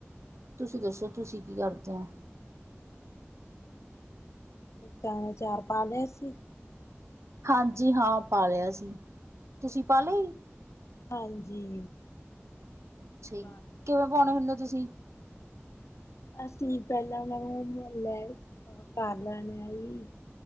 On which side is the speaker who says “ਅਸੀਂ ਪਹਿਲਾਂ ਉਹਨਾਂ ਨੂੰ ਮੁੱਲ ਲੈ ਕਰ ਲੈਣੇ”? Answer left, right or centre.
Left